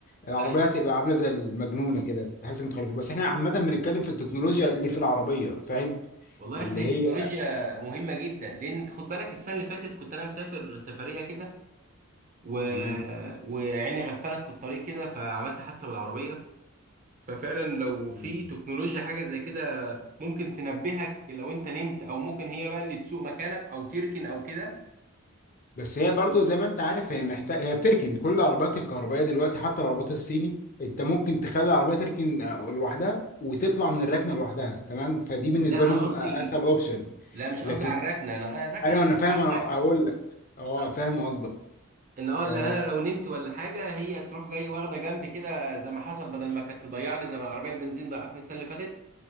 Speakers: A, on the left (about 40°); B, on the right (about 40°).
A: العربيه
B: ايوه
A: هتبقى عامله زي المجنونه كده تحس متخلفه بس احنا عامه بنتكلم في التكنولوجيا اللي في العربيه فاهم
B: والله
A: اللي
B: يا اخي دي
A: هي
B: تكنولوجيا مهمه جدا لان انت خد بالك السنه اللي فاتت كنت انا مسافر سفريه كده و...
A: تمام
B: وعيني غفلت في الطريق كده فعملت حادثه بالعربيه ففعلا لو
A: لا.
B: في تكنولوجيا حاجه زي كده ممكن تنبهك لو انت نمت او ممكن هي بقى اللي تسوق مكانك او تركن او كده
A: بس هي برضو زي ما انت عارف هي محتاج هي بتركن كل العربيات الكهربائيه دلوقتي حتى العربيات الصيني انت ممكن تخلي العربيه تركن آه، لوحدها وتطلع من الركنه لوحدها تمام فدي بالنسبه
B: لا انا
A: لهم
B: قصدي
A: آه، اسهل اوبشن
B: لا مش
A: لكن
B: قصدي على الركنه انا الركنه
A: ايوه
B: ده
A: انا
B: موضوع
A: فاهم انا
B: سهل
A: اقول لك اه
B: انا
A: فاهم قصدك
B: ان اه اللي
A: آه
B: انا لو نمت ولا حاجه هي تروح جاي واخده جنب كده زي ما حصل بدل ما كانت تضيعني زي ما العربيه البنزين ضيعتني السنه اللي فاتت